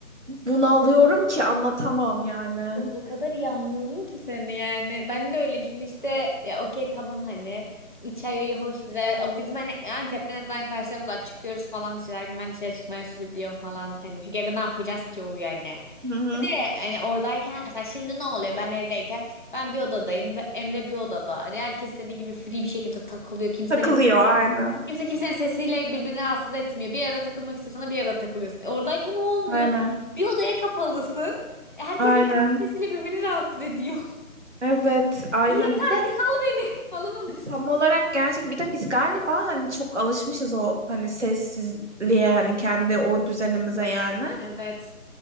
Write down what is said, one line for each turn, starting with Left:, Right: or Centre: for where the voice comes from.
Right: bunalıyorum ki anlatamam yani.
Left: O kadar iyi anlıyorum ki seni yani. Ben de öyleyim. Şimdi işte ya okey tamam hani. Üç ay iyi hoş güzel. Ama Bizim hani Antep'te en azından karşılarımız var. Çıkıyoruz falan dışarı. Ben dışarı çıkmaya sürüklüyor falan. Hani çünkü evde ne yapacağız ki oluyor hani. E,
Right: Hı hı.
Left: Hani oradayken mesela şimdi ne oluyor ben evdeyken ben bir odadayım Be- Emre bir odada hani herkes istediği gibi free bir şekilde takılıyor kimsenin
Right: Takılıyor
Left: kim-
Right: aynen.
Left: kimse kimsenin sesiyle birbirini rahatsız etmiyor bir yere takılmak istiyorsan bir yere takılıyorsun E, oradayken o olmuyor
Right: Aynen.
Left: bir odaya kapalısın E, herkes
Right: Aynen.
Left: birbirinin sesiyle birbirini rahatsız ediyor <laughs>
Right: Evet, aynen.
Left: bir yeter
Right: Bir de
Left: bir sal beni <laughs> falan oluyorsun
Right: tam olarak gerçek bir de biz galiba hani çok alışmışız o hani sessizliğe hani kendi o düzenimize yani.
Left: evet